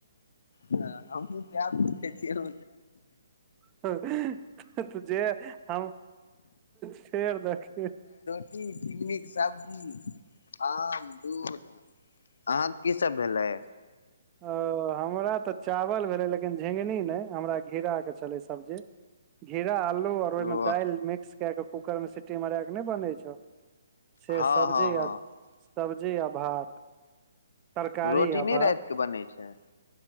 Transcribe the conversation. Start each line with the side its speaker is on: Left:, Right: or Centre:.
Left: हँ हमहुँ सैह पुछै छी यौ
Right: तऽ तऽ जे हम फेर दखियौ
Left: टी झिगनी के सब्जी आम दूध अहाँक कि सब भेलै
Right: ओ हमरा तऽ चावल भेलै लेकिन झिगनी नय हमरा घिराके छलै सब्जी घीरा अल्लू आओर ओहिमे
Left: ओ
Right: दालि मिक्स कए कऽ कूकरमे सीटी मराए कऽ नहि बनै छौ से
Left: हँ
Right: सब्जी
Left: हँ हँ
Right: आ
Left: हँ
Right: सब्जी आ भात तरकारी
Left: रोटी
Right: आ
Left: नहि
Right: भात
Left: रातिके बनै छै